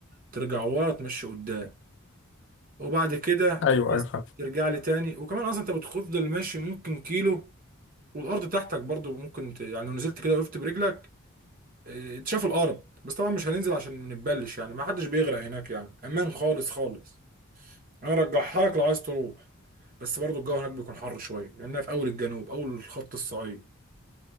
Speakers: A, on the right; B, on the left.
A: ترجع ورا تمشي قدام وبعد كده
B: أيوه
A: عايز
B: أيوه فاهم
A: ترجع لي تاني وكمان اصلا انت بتفضل ماشي ممكن كيلو والارض تحتك برضو ممكن ت... يعني لو نزلت كده وقفت برجلك اه، انت شايف الارض بس طبعا مش هننزل عشان ما نتبلش يعني ما حدش بيغرق هناك يعني امان خالص خالص انا ارجعها لك لو عايز تروح بس برضو الجو هناك بيكون حر شويه لانها في اول الجنوب اول الخط الصعيد